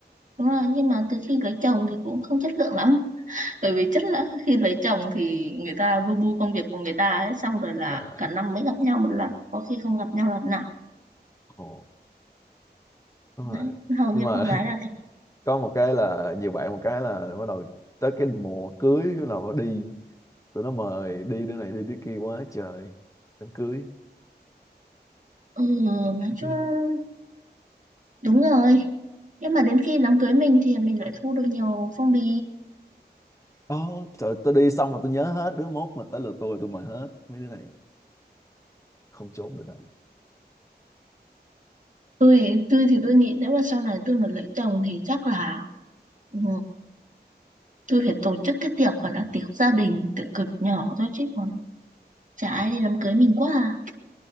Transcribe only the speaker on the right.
đúng rồi nhưng mà từ khi cưới chồng thì cũng không chất lượng lắm Bởi vì chắc là khi lấy chồng thì người ta lu bu công việc của người ta ấy, xong rồi là
cả năm mới gặp nhau một lần, có khi không gặp nhau lần nào.
Đấy,
hầu
như
con gái là thế.
Ừ, nói chung
đúng rồi. Nhưng mà đến khi đám cưới mình thì mình lại thu được nhiều phong bì.
Tôi tôi thì tôi nghĩ nếu mà sau này tôi mà lấy chồng thì chắc là ừ, tôi phải tổ chức cái tiệc gọi là tiệc gia đình, tiệc cực nhỏ thôi chứ còn chả ai đi đám cưới mình quá à.